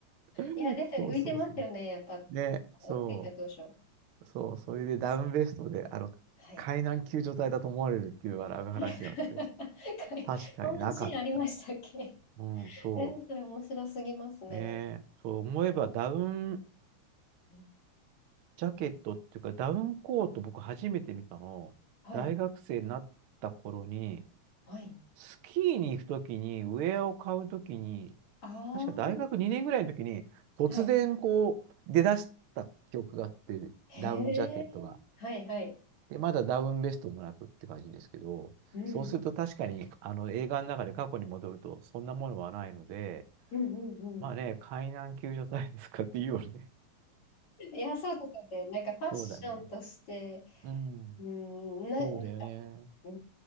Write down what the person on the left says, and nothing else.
いや、ですよね。
浮いてますよね。やっぱ、ついた当初。
はい。
<laughs> かいそんなシーンありましたっけ
<laughs>
え、それ面白すぎますね。
うん
はい。
はい。
あ
あ、はい。
へえ。
はい、はい。
うん。
うん、うん、
うん。
いや、そうですよね。なんかファッションとして、
うん、な、
なんか、う